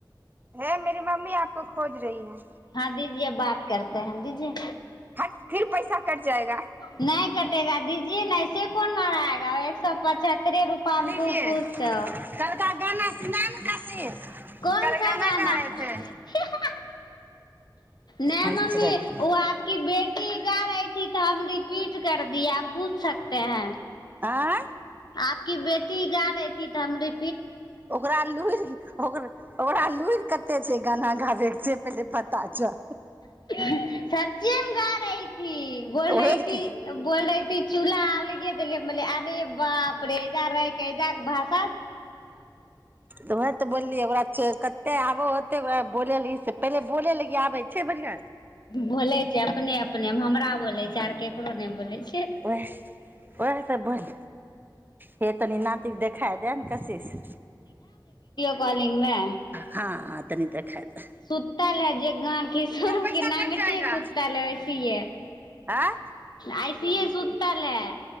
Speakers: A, on the right (about 25°); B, on the left (about 65°).
A: हे मेेरी मम्मी आपको खोज रही है
B: हँ दिजिए बात करतेै है दिजिए
A: हट फिर पैसा कट जाएगा
B: नहि कटेगा दिजिए ने ऐसे कोन मरागा एक सए पचहत्तरे रूपा मे
A: लीजिए
B: खूब खुश छ
A: कल का गाना सुना न काशिश
B: कोन
A: कल
B: सा गाना
A: गा रहे
B: हि
A: थे
B: हा नहि
A: हँसि
B: मम्मी
A: रहल
B: ओ आपक बेटी गा रही थी तो हम रिपीट कर दिए आप पूछ सकते हैं
A: आँ
B: आपकी गा रही थी तो हम रि
A: ओकरा लुरि ओ ओकरा लुुरि कते छै गाना गाबैके से पहिले प ता छौ
B: सच्चे मे गा रही थी बोल
A: ओहे
B: रही थी
A: के
B: बोल रही थी चूल्हा अलगे जले बोले अरे बाप रे जा रहे कैजाक भास
A: तऽ वएह तऽ बोललियै ओकरा से कते आबो ओतेकरा बोले लागी से पहिले बोले लागी आबै छै बढ़िियां
B: बोले छै अपने अपने हमरा बोले छै आर केकरो नहि बोले छै
A: उएह उएहसँ बोल हे तनी नाातीके देखा दए ने कशीसँ
B: कॉलिंगमे
A: हँ तनी देखाय दे
B: सुता ले जे गर किशोरके
A: पैसा
B: नंगटे
A: कट जाएगा
B: सुता ले ओैसीए
A: आँ
B: अइसीए सुतल हे